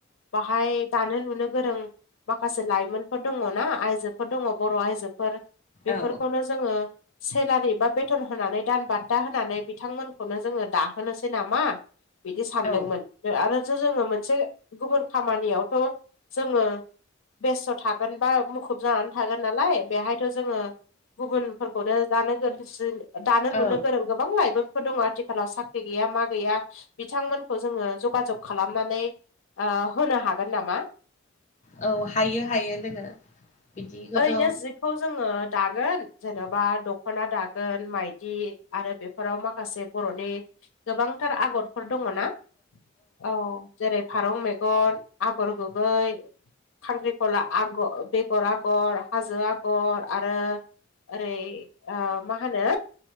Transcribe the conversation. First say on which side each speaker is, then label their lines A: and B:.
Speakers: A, on the left (about 80°); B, on the left (about 35°).
A: बाहाय दानो लुनो गोरों माखासे लाइमोनफोर दङ' ना आइजोफोर दङ' बर' आइजोफोर। बेफोरखौनो
B: औ
A: जोङो सेलारि बा बेथन होनानै दान बान्था होनानै बिथांमोनखौनो जोङो दाहोनोसै नामा बिदि सानदोंमोन।
B: औ
A: आरोसो जोङो मोनसे गुबुन खामानियावथ' जोङो बेस्थ' थागोन बा मुखुब जानानै थागोन नालाय बेहायथ' जोङो गुबुनफोरखौनो दानो ग <unintelligible> दानो
B: औ
A: लुनो गोरों गोबां लाइमोनफोर दङ आथिखाल। आथिखालाव साख्रि गैया मा गैया बिथांमोनखौ जोङो जगाजग खालामनानै ओ-होनो हागोन नामा?
B: औ हायो हायो लोगो। बिदिखौथ'
A: ओइनो जिख खौ जोङो दागोन जेनेबा दख'ना दागोन माइदि आरो बे फोराव माखासे बर'नि गोबांथार आगरफोर दङ ना औ जेरै फारौ मेगन आगर गुबै खांख्रिखला आग-बेगर आगर। आगर हाजो आगर आरो। ओरै ओ-मा होनो?